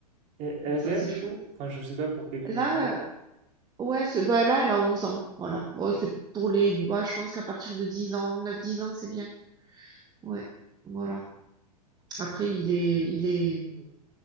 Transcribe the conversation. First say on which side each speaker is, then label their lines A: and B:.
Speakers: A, on the right (about 35°); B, on the right (about 20°).
A: Et elle
B: Donc
A: a quel
B: ça, c'est
A: âge du
B: chouette.
A: coup? Enfin, je sais pas pour quel public
B: Là,
A: c'est.
B: euh, ouais, c'est- bah, là, elle a 11 ans. Voilà. Bon,
A: Ok.
B: c'est pour les. Ouais, je pense qu'à partir de dix ans, neuf dix ans, c'est bien. Ouais. Voilà. Après, il est. Il est...